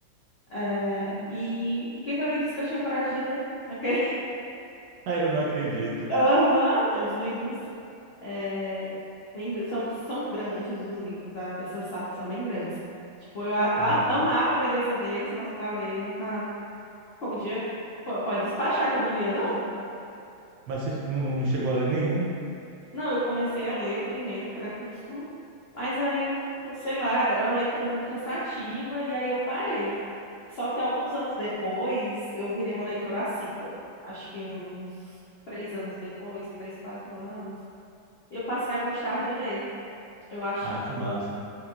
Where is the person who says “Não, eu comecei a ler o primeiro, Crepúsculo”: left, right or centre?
Left